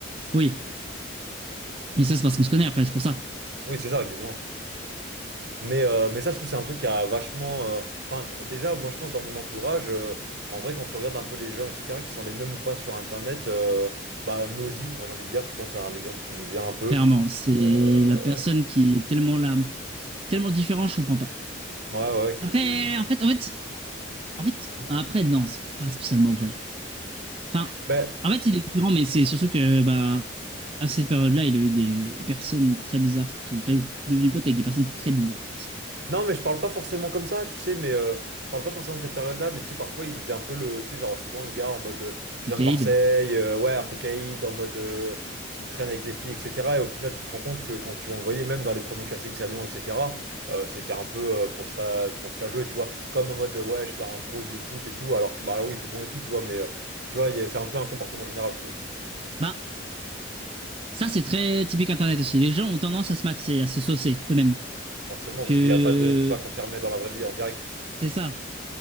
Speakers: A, on the right (about 30°); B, on the right (about 55°).
A: Oui. Mais ça, c'est parce qu'on se connaît après, c'est pour ça.
B: Oui, c'est ça, exactement. Mais, euh, mais ça, je trouve, c'est un truc qui a vachement. euh, Enfin, déjà, moi, je pense dans mon entourage, euh, en vrai, quand tu regardes un peu les gens, etc., qui sont les mêmes ou pas sur Internet, euh, bah, Nosy, moi, j'ai envie de dire, je pense à l'exemple qui me vient un peu.
A: Clairement, c'est
B: Euh,
A: la personne qui est tellement là, tellement différente, je comprends pas.
B: Ouais, ouais, qui.
A: Après, en fait, en fait, en fait, après, non, c'est pas spécialement vrai. Enfin,
B: Ben,
A: en fait, il est différent, mais c'est surtout que, bah, à cette période-là, il a eu des personnes très bizarres qui, enfin, il est devenu pote avec des personnes très bizarres.
B: Non, mais je parle pas forcément comme ça, tu sais, mais euh, je parle pas forcément de cette période-là, mais tu sais, parfois, il faisait un peu le, tu sais, genre, souvent, le gars en mode, euh, je
A: Le
B: viens
A: Kaïd,
B: de Marseille, euh, ouais, un peu caïd, en mode, euh, qui traîne avec les filles, etc. Et au final, tu te rends compte que quand tu, on le voyait, même dans les premiers KCX à Lyon, etc., euh, c'était un peu euh, pour cela, pour cela jouer, tu vois, comme en mode, euh, ouais, je suis un pro du foot et tout, alors que, bah, là, oui, il était bon et tout, tu vois, mais, euh, tu vois, il y a- c'est un peu un comportement général, je trouve,
A: bah, ça, c'est très typique Internet aussi. Les gens ont tendance à se maxer, à se saucer eux-mêmes.
B: forcément,
A: Que
B: parce qu'il y a pas de, tu peux pas confirmer dans la vraie vie en direct.
A: c'est ça.